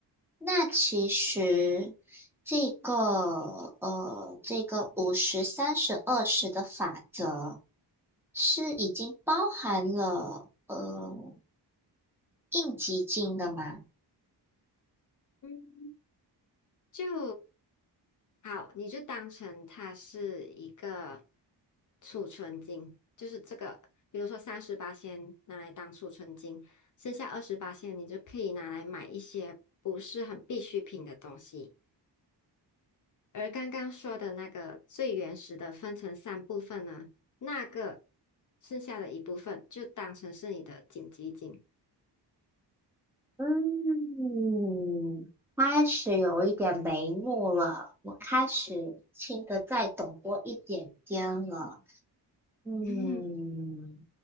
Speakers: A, in the centre; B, on the left.
A: 那其实这个呃，这个五十、三十、二十的法则是已经包含了呃应急金的吗？
B: 嗯，就好，你就当成它是一个储存金，就是这个，比如说三十八先拿来当储存金，剩下二十八先你就可以拿来买一些不是很必需品的东西。而刚刚说的那个最原始的分成三部分呢，那个剩下的一部分就当成是你的紧急警，
A: 嗯，开始有一点眉目了，我开始听得再懂多一点点了。嗯，
B: <laughs>